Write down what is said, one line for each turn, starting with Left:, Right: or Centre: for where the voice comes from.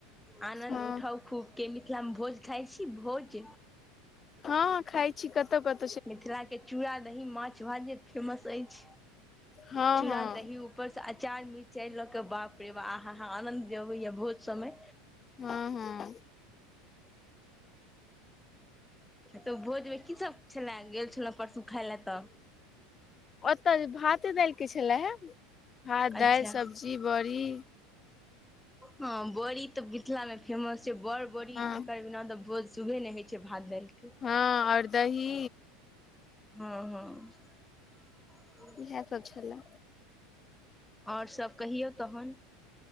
Centre: आंनद
Left: हँ
Centre: उठाउ खूब। के मिथिला मे भोज खाइ छी भोज।
Left: हँ खाइ छी कतो- कतो।
Centre: मिथिला के चूड़ा दही माछ भात जे फेमस अइछ,
Left: हँ
Centre: चूड़ा-
Left: हँ
Centre: दही। ऊपर से अचार मिरचाइ लऽ के, बाप रे बा आ- अहा आनंद जे अबैया भोज सब में
Left: हँ- हँ।
Centre: तऽ भोजमे की सभ छलए, गेल छलहुँ परसू खााय लए तऽ।
Left: ओतऽ भाते दालिके छलए हे, भात
Centre: अच्छा
Left: -दालि सब्जी बड़ी।
Centre: हँ बड़ी तऽ मिथिला मे फेमस छै, बड़- बड़ी
Left: हँ
Centre: एकर बिना तऽ भोज शुभे नहि होइत छै भात- दालिके।
Left: हँ आओर दही।
Centre: हं-हं।
Left: इएह सब छलै।
Centre: आओर सभ कहियौ तहन।